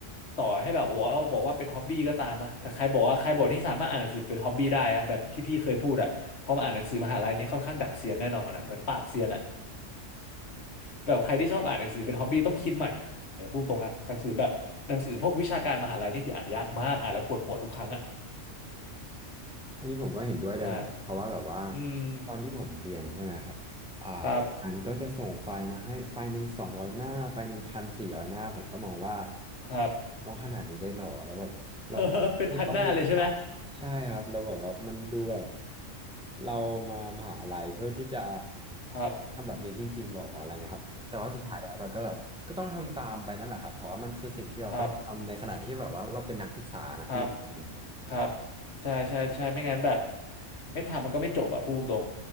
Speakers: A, on the left; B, in the centre.
A: ต่อให้แบบว่าบอกว่าเป็นฮ็อบบี้ก็ตามอะแต่ใครบอกว่าใครบอกที่สามารถอ่านหนังสือเป็นฮ็อบบี้ได้อะแบบที่พี่เคยพูดอะพอมาอ่านหนังสือมหาลัยนี่ค่อนข้างดับเซียนแน่นอนอะเหมือนปราบเซียนอะ <laughs> แบบใครที่ชอบอ่านหนังสือเป็นฮ็อบบี้ต้องคิดใหม่เนี่ยพูดตรงอะหนังสือแบบหนังสือพวกวิชาการมหาลัยนี่คืออ่านยากมากอ่านแล้วปวดหัวทุกครั้งอะ
B: อันนี้ผมก็เห็นด้วยเลยนะเพราะว่าแบบว่า
A: ใช่อืม
B: ตอนที่ผมเรียนใช่ไหมครับอ่า
A: ครับ
B: อันก็จะส่งไฟล์มาให้ไฟล์หนึ่งสองร้อยหน้าไฟล์หนึ่งพันสี่ร้อยหน้าผมก็มองว่า
A: ครับ
B: ต้องขนาดนี้ได้หรอแล้วแบบเรา
A: <laughs> เฮ้อเป็นพันหน้าเลยใช่ไหม
B: ที่ต้องดูว่าใช่ครับเราแบอกว่ามันดูแบบเรามามหาลัยเพื่อที่จะ
A: ครับ
B: ทำแบบนี้จริงๆหรออะไรเงี้ยครับแต่ว่าสุดท้ายแล้วเราก็แบบก็ต้องทำตามไปนั่นแหละครับเพราะว่ามันคือสิ่งที่เราต้องทำในขณะที่แบบว่าเราเป็นนักศึกษานักเรียนอย่างเงี้ยครับ
A: อืมครับครับ ครับ ใช่ใช่ใช่ไม่งั้นแบบไม่ทำมันก็ไม่จบอ่ะพูดตรง